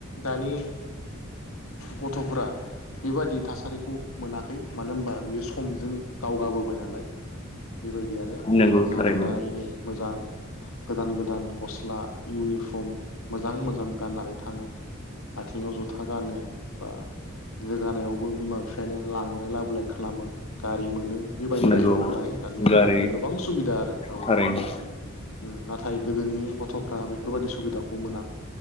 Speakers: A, on the left; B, on the left.
A: दानि गथ'फोरा बेबायदि थासारिखौ मोनाखै मानो होनबा बियो समजों दावगाबोबाय नालाय बेबायदि आरो बिथांमोनाथ
B: नंगौ थारैनो
A: दा एनै मोजां गोदान गोदान गस्ला इउनिफर्म मोजां मोजां गाननानै थाङो आथिङाव जुथा गानो बा लोगानायावबो बिमा बिफायानो लांलाय लाबोलाय खालामो गारि मोनो बेबायदि
B: नंगौ
A: जाहैबाय नालाय दानिया
B: गारि
A: औ गोबां सुबिदा आरो औ
B: थारैनो
A: उम नाथ थाय गोदोनि गथ'फ्रा बेफोरबायदि सुबिदाखौ मोना